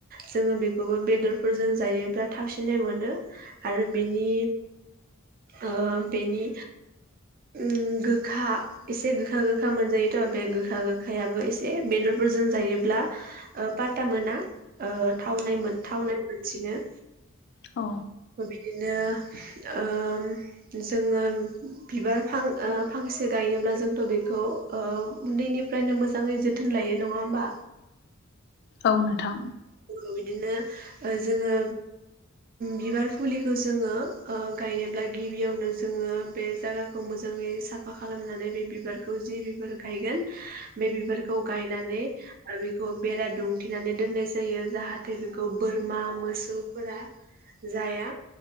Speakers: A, on the right; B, on the left.
A: जोंङो बेखौबो बेदरफोरजों जायोब्ला थाबसिनाय मोनो। आरो बेनि ओ बेनि ओम गोखा एसे गोखा गोखा मोनजायोथ' बे गोखा गोखा आखायाबो एसे बेदरफोरजों जायोब्ला ओ पाता मोना। ओ थावनाय थावनायमोन। बिदिनो
B: औ।
A: बिदिनो ओम जोंङो बिबार फां ओ फांसे गायनोब्ला जोंथ' बेखौ उन्दैनि फ्रायनो मोजांङै जोथोन लायो नंङा होमबा?
B: औ नोथां।
A: ओ बिदिनो जोङो बिबार फुलि जोंङो ओ गायोब्ला गिबियावनो जोंङो बे जागाखौ मोजाङै साफा खालामनानै बे बिबारखौ जि बिबार गायगोन बे बिबार खौ गायनानै आरो बेखौ बेरा दुंथेनानै दोनाय जायो जाहाथे बेखौ बोरमा मोसौफोरा जाया।